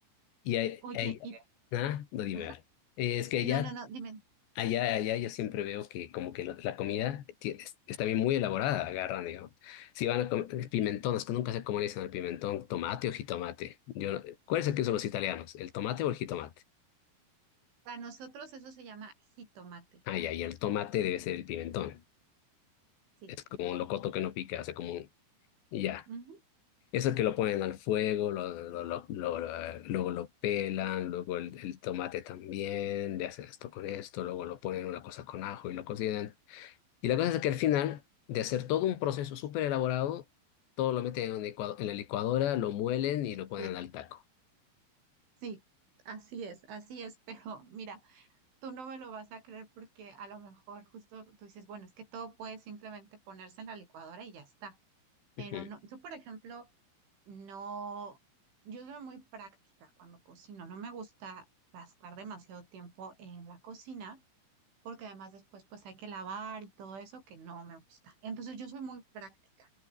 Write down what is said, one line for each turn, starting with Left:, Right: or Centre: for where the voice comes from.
Left: Y ahí-
Right: Oye,
Left: ahí-
Right: y
Left: ah, no dime,
Right: Ajá.
Left: a ver. Eh, Es que allá,
Right: No, no, no, dime.
Left: allá, allá yo siempre veo que como que la, la comida ti- es- está bien muy elaborada, agarran, digamos. Si van a comer pimentón, es que nunca sé cómo le dicen al pimentón, tomate o jitomate. Yo, no- ¿cuál es el que usan los italianos? ¿El tomate o el jitomate?
Right: Para nosotros eso se llama jitomate.
Left: Ah, ya, y el tomate debe ser el pimentón.
Right: Sí.
Left: Es como un locoto que no pica, o sea, como un... y Ya.
Right: Ujú.
Left: Eso que lo ponen al fuego, lo, lo, lo, lo- lo- luego lo pelan, luego el, el tomate también, le hacen esto con esto, luego lo ponen una cosa con ajo y lo cocinan. Y la cosa es que al final, de hacer todo un proceso súper elaborado, todo lo meten en, un licuado- en la licuadora, lo muelen y lo ponen
Right: Sí,
Left: al taco.
Right: sí. Así es, así es. <laughs> Pero mira, tú no me lo vas a creer porque a lo mejor justo tú dices, bueno, es que todo puede simplemente ponerse en la licuadora y ya está. Pero
Left: Ujú,
Right: no, yo por ejemplo, no, yo soy muy práctica cuando cocino. No me gusta gastar demasiado tiempo en la cocina. porque además después pues hay que lavar y todo eso que no me gusta. Entonces yo soy muy práctica